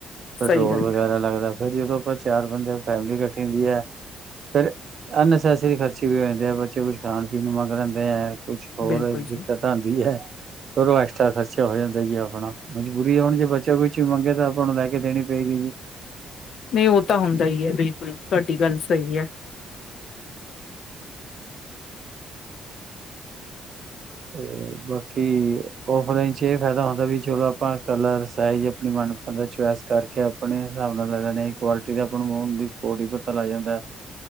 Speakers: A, on the right; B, on the left.
A: ਪੈਟਰੋਲ
B: ਸਹੀ ਗੱਲ
A: ਵਗੈਰਾ
B: ਹੈ
A: ਲੱਗਦੈ, ਫੇਰ ਜਦੋਂ ਆਪਾਂ ਚਾਰ ਬੰਦੇ ਫੈਮਲੀ ਕੱਠੀ ਹੁੰਦੀ ਐ। ਫੇਰ ਅਨਨਸੈਸਰੀ ਖਰਚੇ ਵੀ ਹੋ ਜਾਂਦੇ ਆ, ਬੱਚੇ ਕੁਝ ਖਾਣ- ਪੀਣ ਨੂੰ ਮੰਗ ਲੈਂਦੇ ਆ, ਕੁਛ ਹੋਰੇ
B: ਬਿਲਕੁਲ
A: ਦਿੱਕਤ
B: ਜੀ
A: ਆਂਦੀ ਹੈ। ਫੇਰ ਓ ਐਕਸਟਰਾ ਖਰਚਾ ਹੋ ਜਾਂਦਾ ਜੀ ਆਪਣਾ, ਮਜਬੂਰੀ ਐ ਹੁਣ ਜੇ ਬੱਚਾ ਕੋਈ ਚੀ ਮੰਗੇ ਤਾਂ ਆਪਾਂ ਨੂੰ ਲੈ ਕੇ ਦੇਣੀ ਪਏਗੀ ਜੀ।
B: ਨਈ ਓ ਤਾਂ ਹੁੰਦਾ ਈ ਐ ਬਿਲਕੁਲ, ਤੁਆਡੀ ਗੱਲ ਸਈ ਐ।
A: ਤੇ, ਬਾਕੀ ਔਫਲਾਈਨ ਚ ਏਹ ਫਾਏਦਾ ਹੁੰਦਾ ਵੀ ਚਲੋ ਆਪਾਂ ਕਲਰ, ਸਾਈਜ ਆਪਣੀ ਮਨਪਸੰਦ ਦਾ ਚੁਆਏਸ ਕਰਕੇ ਆਪਣੇ ਹਿਸਾਬ ਨਾਲ ਲੈ ਲੈਨੇ, ਕੁਆਲਟੀ ਦੇ ਆਪਾਂ ਨੂੰ ਔਨ ਦੀ ਸਪੋਟ ਈ ਪਤਾ ਲੱਗ ਜਾਂਦਾ।